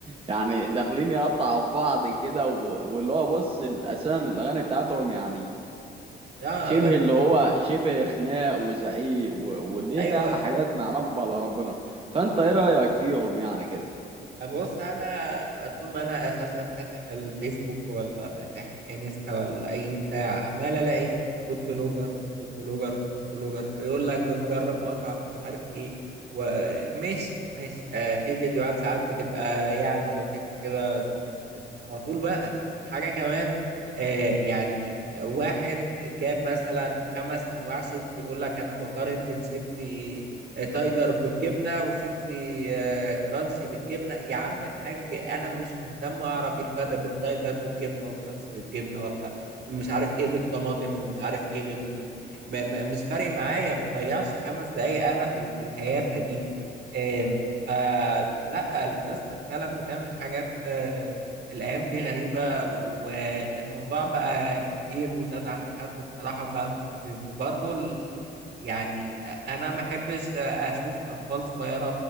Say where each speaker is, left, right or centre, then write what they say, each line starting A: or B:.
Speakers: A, on the right; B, on the right.
A: يعني داخلين يقطعوا في بعض كده و- واللي هو بص ال- اساسا الاغاني بتاعتهم يعني
B: اه
A: شبه
B: ما- ما-
A: اللي هو شبه خناق وزعيق و- واللي
B: ايوه
A: هي يعني حاجات معلم على ربنا فانت ايه رايك فيهم يعني كده
B: بص انا طول ما انا اساسا فاتح الفيسبوك ولا فاتح انستا ولا اي بتاع عمال الاقي فود بلوجرز فود بلوجرز فود بلوجرز يقول لك بنجرب مطعم مش عارف ايه وماشي ماشي آه في فيديوهات ساعات بتبقى يعني لطيفة كده بس مش بس مش على طول بقى حاجة كمان آه يعني واحد جاب مثلا خمس انواع شيبسي يقول لك انا بقارن بين شيبسي تايجر بالجبنة وشيبسي آه، وكرانسي بالجبنه يا عم الحاج انا مش مهتم اعرف ايه الفرق بين تايجر بالجبنه وكرانسي بالجبنه ولا مش عارف ايه بالطماطم ومش عارف ايه بال ما ما مش فارق معايا ما ضيعش خمس دقايق انا في ال- في الهيافه دي آم، فلا الناس بت- فعلا بتعمل حاجات آه، الايام دي غريبه والموضوع بقى كتير وزاد عن حد وبصراحه بقى مستفز برضو ال- يعني انا ما احبش اشوف اطفال صغيره